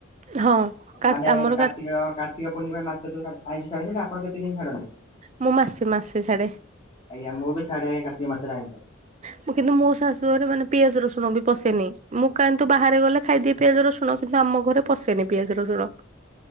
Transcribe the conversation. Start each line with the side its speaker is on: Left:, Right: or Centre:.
Right: ହଁ କା
Left: ମାନେ
Right: ଆମର
Left: ଏଟା କାର୍ତ୍ତିକ କାର୍ତ୍ତିକ ପୂର୍ଣ୍ଣିମା ମାସଠାରୁ ଖା ଆଇଁଷି ଛାଡନ୍ତି ନା ଆପଣ କେତେ ଦିନ୍ ଛାଡନ୍ତି?
Right: ମୁଁ ମାସେ ମାସେ ଛାଡେ।
Left: ଆଜ୍ଞା। ମୁଁ ବି ଛାଡେ ଆଜ୍ଞା କାର୍ତ୍ତିକ ମାସରେ ଆଇଁସ।
Right: ମୁଁ କିନ୍ତୁ ମୋ ଶାଶୁଘରେ ମାନେ ପିଆଜ ରସୁଣ ବି ପଶେନି, ମୁଁ କାନ୍ତୁ ବାହାରେ ଗଲେ ଖାଇଦିଏ। ପିଆଜ ରସୁଣ କିନ୍ତୁ ଆମ ଘରେ ପଶେନି ପିଆଜରସୁଣ।